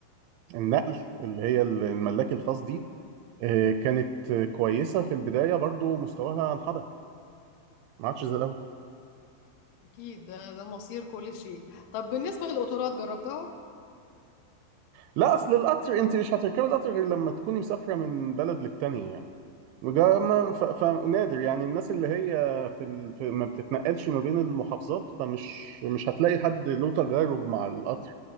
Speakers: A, on the right; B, on the left.
A: النقل اللي هي الملاكي الخاص دي آه، كانت كويسة في البداية برضو مستواها انحدر ما عادش زي الاول
B: <laughs> اكيد ده ده مصير كل شيء طب بالنسبة للقطارات جربتها
A: لا اصل القطر انت مش هتركبي القطر غير لما تكوني مسافره من بلد للتانيه يعني وجا- ما- ف- فنادر يعني الناس اللي هي في, ال... في ما بتتنقلش ما بين المحافظات فمش مش هتلاقي حد له تجارب مع القطر